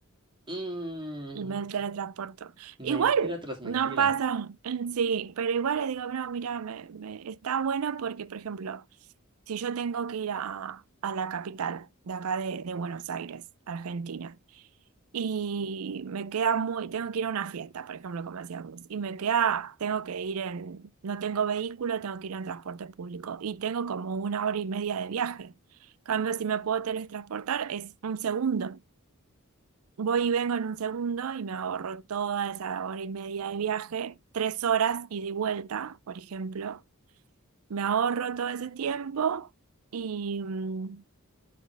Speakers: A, on the right; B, on the right.
A: Mm,
B: y me teletransporto. Igual
A: mentira tras mentira.
B: no pasa en sí, pero igual le digo, no, mira, me, me- está bueno porque, por ejemplo, si yo tengo que ir a, a la capital de acá de, de Buenos Aires, Argentina y me queda muy, tengo que ir a una fiesta, por ejemplo, como decía vos, y me queda, tengo que ir en, no tengo vehículo, tengo que ir en transporte público y tengo como una hora y media de viaje. Cambio, si me puedo teletransportar, es un segundo. Voy y vengo en un segundo y me ahorro toda esa hora y media de viaje, tres horas ida y de vuelta, por ejemplo. Me ahorro todo ese tiempo y, mm,